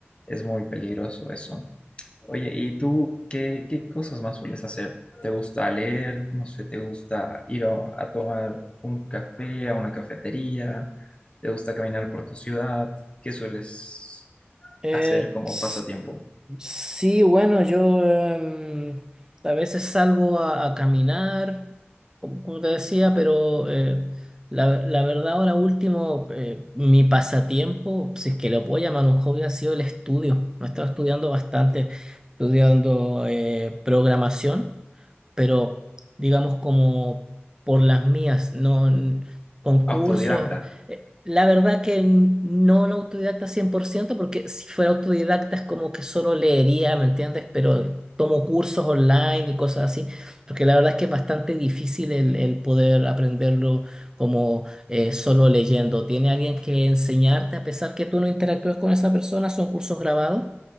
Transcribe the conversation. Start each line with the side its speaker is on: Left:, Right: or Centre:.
Left: es muy peligroso eso. Oye, ¿y tú qué, qué cosas más sueles hacer? ¿Te gusta leer? No sé, ¿te gusta ir a, a tomar un café a una cafetería? ¿Te gusta caminar por tu ciudad? ¿Qué sueles
Right: Eh,
Left: hacer como
Right: s-
Left: pasatiempo
Right: sí, bueno, yo em, a veces salgo a, a caminar, como como te decía, pero eh, la, la verdad ahora último, eh, mi pasatiempo, si es que lo puedo llamar un hobby, ha sido el estudio. Me he estado estudiando bastante, estudiando eh, programación pero digamos como por las mías, no n- concursos.
Left: autodidacta?
Right: Eh, La verdad que n- no un autodidacta cien por ciento porque si fuera autodidacta es como que solo leería, ¿me entiendes? Pero tomo cursos online y cosas así, porque la verdad es que es bastante difícil el, el poder aprenderlo como eh, solo leyendo. Tiene alguien que enseñarte a pesar que tú no interactúas con esa persona, son cursos grabados